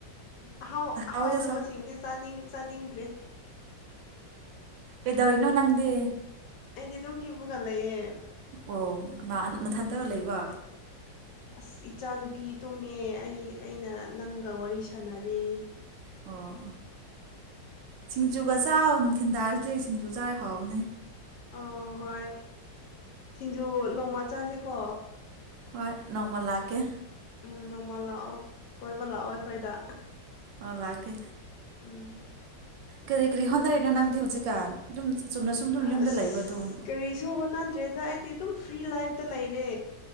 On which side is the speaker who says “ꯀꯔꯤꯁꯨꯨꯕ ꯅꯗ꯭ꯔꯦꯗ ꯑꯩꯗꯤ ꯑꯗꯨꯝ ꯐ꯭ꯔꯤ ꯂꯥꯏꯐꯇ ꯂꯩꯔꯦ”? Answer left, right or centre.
Left